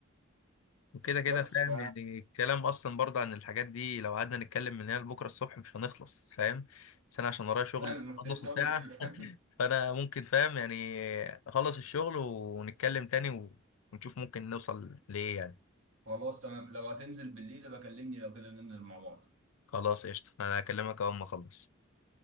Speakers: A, on the left (about 85°); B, on the right (about 75°).
A: وكده كده
B: بس
A: فاهم
B: ف <laughs>
A: يعني الكلام اصلا برضه عن الحاجات دي لو قعدنا نتكلم من هنا لبكره الصبح مش هنخلص فاهم بس انا عشان ورايا شغل
B: يعني أنا كنت
A: نص
B: لسه اقول
A: ساعه
B: لك كده <laughs>
A: فانا ممكن فاهم يعني اخلص الشغل ونتكلم تاني و- ونشوف ممكن نوصل لايه يعني
B: خلاص تمام لو هتنزل بالليل بكلمني لو كده ننزل مع بعض
A: خلاص قشطة انا هكلمك اول ما اخلص